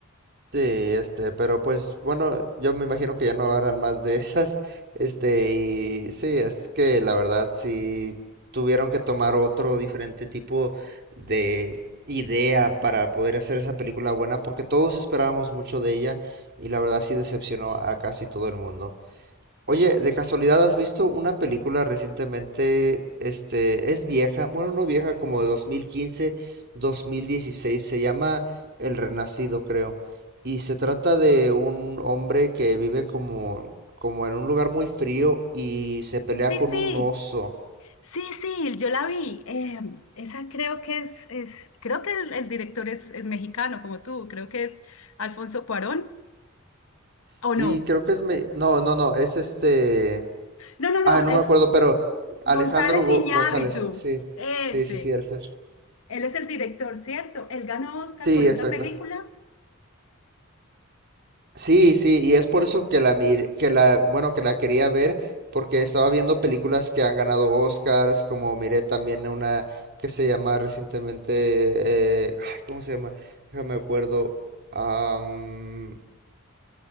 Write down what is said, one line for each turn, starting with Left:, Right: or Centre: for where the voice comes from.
Right: Sí, este, pero pues bueno, yo me imagino que ya no harán más de <laughs> esas, este, y sí, es que la verdad sí tuvieron que tomar otro diferente tipo de idea para poder hacer esa película buena, porque todos esperábamos mucho de ella y la verdad sí decepcionó a casi todo el mundo. Oye, de casualidad, ¿has visto una película recientemente? Este, es vieja, bueno, no vieja, como de dos dos mil quince, dos mil dieciséis, se llama El Renacido, creo. Y se trata de un hombre que vive como, como en un lugar muy frío y se pelea
Left: Sí,
Right: con
Left: sí.
Right: un oso.
Left: Sí, sí, yo la vi. Eh, esa creo que es, es creo que el, el director es, es mexicano, como tú. Creo que es Alfonso Cuarón,
Right: Sí,
Left: ¿o no?
Right: creo que es me- No, no, no, es este...
Left: No, no,
Right: Ah,
Left: no,
Right: no
Left: es
Right: me acuerdo, pero
Left: González
Right: Alejandro Go-
Left: Iñárritu.
Right: González, sí.
Left: Ese.
Right: Sí, sí, sí, el ser.
Left: Él es el director, ¿cierto? Él ganó Oscar
Right: Sí,
Left: por esa
Right: exacto.
Left: película.
Right: Sí, sí, y es por eso que la mir- que la, bueno, que la quería ver, porque estaba viendo películas que han ganado Oscars, como miré también una que se llama recientemente, eh, ay, ¿cómo se llama? Déjame acuerdo. am,